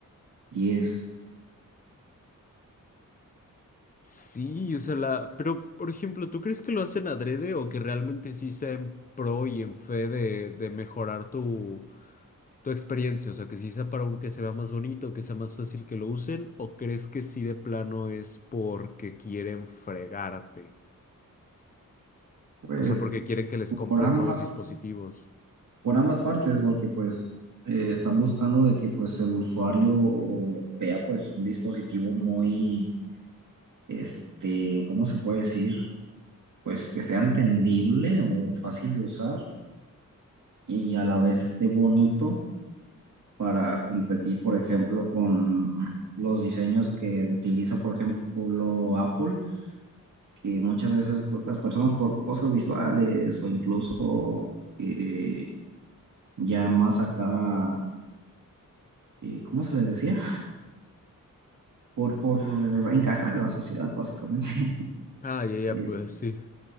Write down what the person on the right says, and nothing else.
10.
Pues
por ambas.
por ambas partes, porque pues eh, están buscando de que pues el usuario vea pues un dispositivo muy, este, ¿cómo se puede decir? Pues que sea entendible o fácil de usar y a la vez esté bonito para competir, por ejemplo, con los diseños que utiliza, por ejemplo, Apple, que muchas veces pues, las personas por cosas visuales o incluso eh, ya más acá, eh, ¿cómo se les decía? por, por encajar en la sociedad, básicamente. <laughs>
Y,